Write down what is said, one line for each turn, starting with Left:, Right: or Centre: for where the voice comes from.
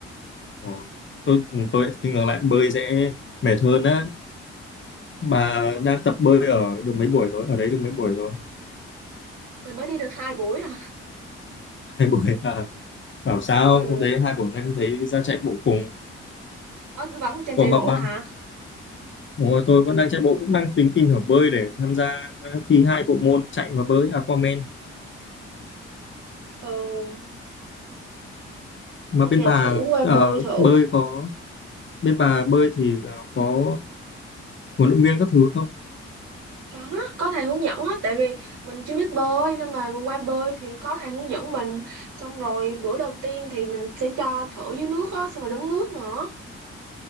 Left: Ủa, tôi ừ, tôi lại thì ngược lại bơi sẽ mệt hơn á. Bà đang tập bơi ở được mấy buổi rồi? Ở đấy được mấy buổi rồi?
Right: Mình mới đi được hai buổi à.
Left: <laughs> Hai buổi à? Bảo sao
Right: Ừ,
Left: không thấy hai buổi hôm nay không thấy ra chạy bộ cùng?
Right: Ờ, vẫn trên
Left: Ủa
Right: chạy
Left: mà
Right: bộ
Left: bạn,
Right: hả?
Left: Ủa, tôi vẫn đang chạy bộ cũng đang tính tìm hiểu bơi để tham gia thi hai bộ môn chạy và bơi Aquaman.
Right: Ừ.
Left: Mà
Right: hôm
Left: bên
Right: nào
Left: bà
Right: thử qua
Left: ờ,
Right: bơi thử
Left: bơi có bên bà bơi thì ờ, có huấn luyện viên các thứ không
Right: có có thầy hướng dẫn á tại vì mình chưa biết bơi nên mà qua bơi thì có thầy hướng dẫn mình xong rồi bữa đầu tiên thì mình sẽ cho thở dưới nước á xong rồi đứng nước nữa